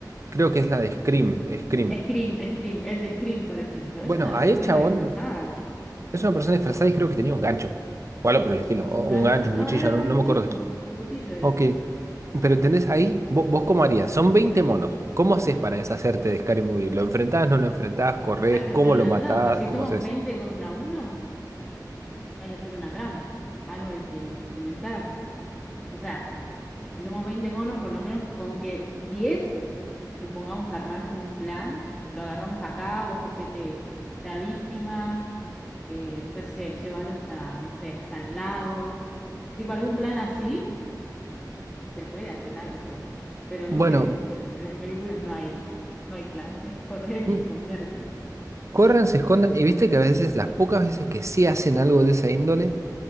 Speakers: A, on the right; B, on the left.
A: creo que es la de Scream, Scream.
B: Scream, Scream, el de Scream, por ejemplo.
A: Bueno,
B: Es una
A: ahí
B: persona
A: el chabón
B: disfrazada.
A: es una persona disfrazada y creo que tenía un gancho. O algo por el estilo. O
B: Un gancho.
A: un gancho,
B: No,
A: un cuchillo,
B: era
A: no,
B: con
A: no
B: cuchillo,
A: me acuerdo. qué. tenía.
B: con cuchillo era.
A: Ok. Pero entendés, ahí vos, vos cómo harías. Son 20 monos. ¿Cómo haces para deshacerte de Scary Movie? ¿Lo enfrentás, no lo enfrentás? ¿Corrés?
B: Hay que hacer
A: ¿Cómo
B: una
A: lo matás?
B: trampa. Si
A: ¿Cómo
B: somos
A: haces?
B: 20 contra uno, hay que hacer una trampa. Algo hay que, que inventar. O sea, si somos 20 monos, por lo menos con que 10 nos pongamos a armar como un plan, lo agarramos acá, vos hacete la víctima, eh, perse- llévalo hasta, no sé, hasta el lago. Tipo, algún plan así, se puede hacer algo. Pero
A: Bueno,
B: viste que, bueno, en las películas no hay, no hay plan, es correr y
A: mm,
B: esconderse.
A: corran, se escondan y viste que a veces, las pocas veces que sí hacen algo de esa índole.